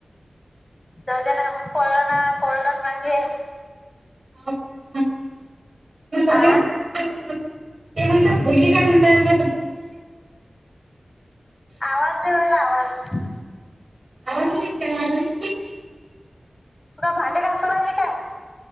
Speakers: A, on the left; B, on the right.
A: <inaudible>
B: <inaudible>
A: आ
B: <inaudible>
A: आवाज <inaudible> आवाज
B: आवाज इत मारी <inaudible>
A: तु काय, भांडेे घासू राहिले काय?